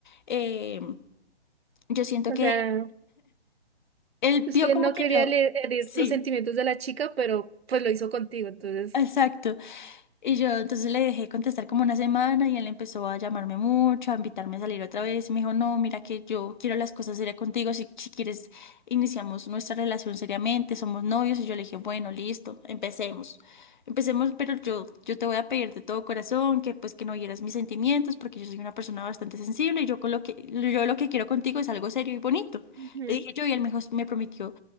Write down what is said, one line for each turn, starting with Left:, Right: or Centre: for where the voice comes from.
Left: eh, yo siento
Right: o
Left: que
Right: sea.
Left: él
Right: Es
Left: vio
Right: que
Left: como
Right: no
Left: que
Right: quería
Left: yo,
Right: le- herir
Left: sí,
Right: los sentimientos de la chica, pero pues lo hizo contigo, entonces.
Left: exacto. Y yo entonces le dejé contestar como una semana y él empezó a llamarme mucho, a invitarme a salir otra vez. Y me dijo, no, mira que yo quiero las cosas serias contigo, si, si quieres iniciamos nuestra relación seriamente, somos novios. Y yo le dije, bueno, listo, empecemos. Empecemos, pero yo, yo te voy a pedir de todo corazón que pues que no hieras mis sentimientos porque yo soy una persona bastante sensible y yo, con lo que, yo lo que quiero contigo es algo serio y bonito.
Right: Ujú,
Left: Le dije yo y él me, dijo- me prometió